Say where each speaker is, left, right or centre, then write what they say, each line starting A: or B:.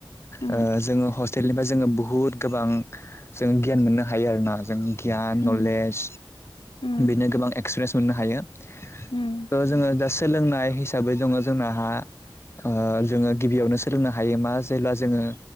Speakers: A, on the left; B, on the left.
A: उम
B: ओ जोङो हस तेलनिफ्राय जोङो बुहुत गोबां जों गियान मोननो हायो आरोना जों गियान,
A: उम
B: नलेज
A: उम
B: बिनो गोबां एक्सपेरियेन्स मोननो हायो। थ'
A: उम
B: जोङो दा सोलोंनाय हिसाबै दङ जोंना आ ओ जोङो गिबियावनो सोलोंनो हायो मा जेब्ला जोङो